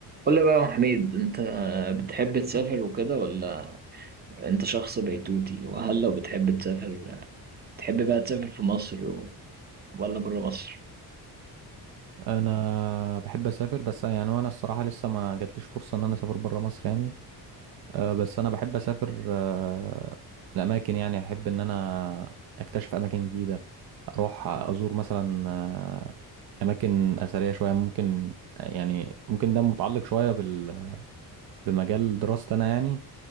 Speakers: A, on the right (about 25°); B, on the right (about 65°).
A: قول لي بقى يا حميد انت بتحب تسافر وكده ولا انت شخص بيتوتي وهل لو بتحب تسافر تحب بقى تسافر في مصر و- ولا بره مصر
B: انا بحب اسافر بس يعني وانا الصراحه لسه ما جاتليش فرصه ان انا اسافر بره مصر يعني أه، بس انا بحب اسافر أه، لاماكن يعني احب ان انا اكتشف اماكن جديده اروح ازور مثلا أه، اماكن اثريه شويه ممكن يعني ممكن ده متعلق شويه بال بمجال دراستي انا يعني